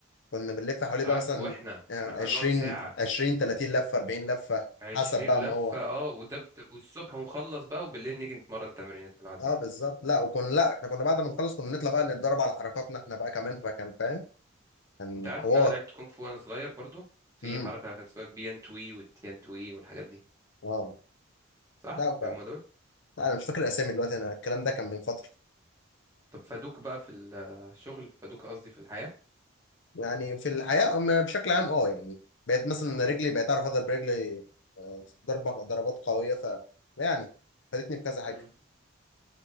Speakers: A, on the left (about 65°); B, on the right (about 15°).
A: كنا بنلف حواليه
B: عارف
A: بقى مثلا
B: واحنا
A: آه،
B: احنا كنا
A: 20
B: بنقعد ساعه
A: 20 30 لفة 40 لفة
B: عشرين
A: حسب بقى
B: لفة
A: ما هو
B: اه وده بت... والصبح ونخلص بقى وبالليل نيجي نتمرن تمرين العادية
A: اه بالظبط لا وكنا لا احنا كنا بعد ما نخلص كنا نطلع بقى نتدرب على حركاتنا احنا بقى كمان فكان فاهم كان
B: انت عارف
A: حوار
B: ان انا لعبت كونغ فو وانا صغير برضو في
A: امم
B: حركة كان اسمها بيان توي والتيان توي والحاجات دي
A: واو
B: صح
A: لا ف...
B: هم دول
A: لا انا مش فاكر الاسامي دلوقتي انا الكلام ده كان من فترة
B: طب فادوك بقى في الشغل فادوك قصدي في الحياة
A: يعني في الحياة أما بشكل عام اه يعني بقيت مثلا رجلي
B: مم.
A: بقيت اعرف اضرب رجلي آه، ضربة ضربات قوية ف يعني فادتني في كذا حاجة
B: مم.